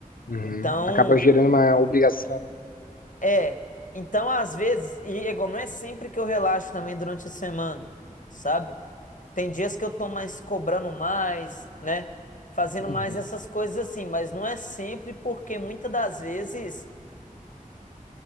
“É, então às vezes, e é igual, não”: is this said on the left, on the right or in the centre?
Left